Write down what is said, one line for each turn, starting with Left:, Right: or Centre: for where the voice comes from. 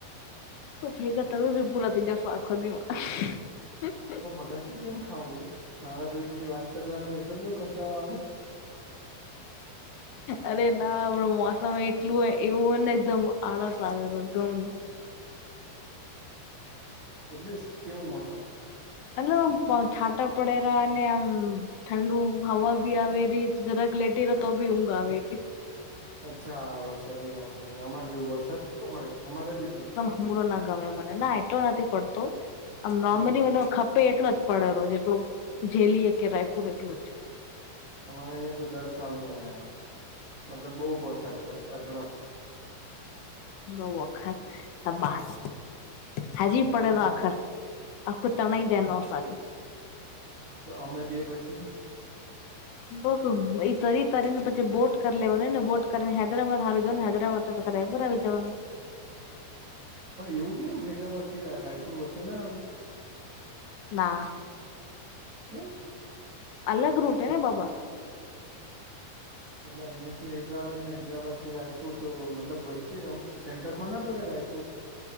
Left: <unintelligible>
Right: પણ બગા શું કેમ ખાવું મારા ભાઈ વાત કરવાની એટલો બધો કંટાળો આવે.
Left: અરે ના આપડ મોસમ એટલું હોય એવું હોય ને એકદમ આળસ આવે એકદમ.
Right: એટલે કેવું મોસમ.
Left: એટલે આમ છાટા પડેરા અને આમ ઠંડુ હવા બી આવેલી જરાક લેટી રે તો બી ઊંઘ આવે
Right: અચ્છા વરસાદી મોસમે અમારે જેવો વરસાદ કેટલો પડ્યો અમારે જ એટલો.
Left: હડો ના ગમે મને ના એટલો નથી પડતો આમ નોર્મલી
Right: હમ
Left: મને ખપે એટલો. પડે રો જેટલું જેલી કે રાયપુર એટલું
Right: અમારે અહિયાં તો દર સાલ <unintelligible> મતલબ બઉ વરસાદ પડે અઢળક.
Left: બ અખર ત બાસ હાજી પડ
Right: હા
Left: આખર. આખું તણાઈ જાય નવસારી.
Right: તો અમે બે પછી.
Left: બ ઈ તરી તરી ને પછી બોટ કરી લેવાનું ને બોટ કરીને હૈદરાબાદ હાર જો ને હૈદરાબાદ. રાયપુર આવી જવાનુ
Right: પણ એવું કેમ હૈદરાબાદ થી રાયપુર વચ્ચે ના આવે.
Left: ના.
Right: કેમ.
Left: અલગ રૂટ હેને બાબા.
Right: એટલે અહિયાં થી હૈદરાબાદ ને હૈદરાબાદ થી રાયપુર તો મતલબ વચ્ચે એમ સેન્ટરમાં ના પડે રાયપુર